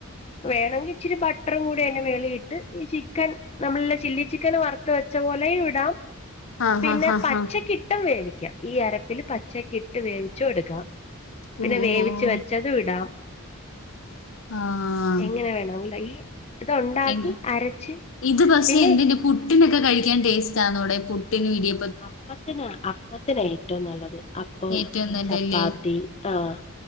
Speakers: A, on the left (about 30°); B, on the left (about 60°).
A: വേണങ്കി ഇച്ചിരി ബട്ടറും കൂടി അയ്‌ന്റെ മേളിയിട്ട് ഈ ചിക്കൻ നമ്മളല്ല ചില്ലി ചിക്കന് വറുത്ത് വെച്ച പോലെയുവിടാം
B: ആ
A: പിന്നെ
B: ഹാ ഹാ
A: പച്ചക്കിട്ടും
B: ഹാ
A: വേവിക്കാം ഈ അരപ്പിൽ പച്ചക്കിട്ട് വേവിച്ചു എടുക്കാം പിന്നെ
B: ഓ
A: വേവിച്ച്
B: ഓ ഓ
A: വെച്ചതുവിടാം
B: ആഹ്
A: എങ്ങനെ വേണോങ്കിലും ഈ ഇതൊണ്ടാക്കി
B: എൻ
A: അരച്ച്
B: ഇത് പക്ഷെ
A: പിന്നെ
B: എന്തിന്റെ പുട്ടിനൊക്കെ കഴിക്കാൻ ടേസ്റ്റ് ആന്നൊടെ പുട്ടിന് ഇടിയ
A: അപ്പത്തിന അപ്പത്തിനാ ഏറ്റവും നല്ലത് അപ്പം
B: ഏറ്റവും നല്ലല്ലേ
A: ചപ്പാത്തി ആഹ്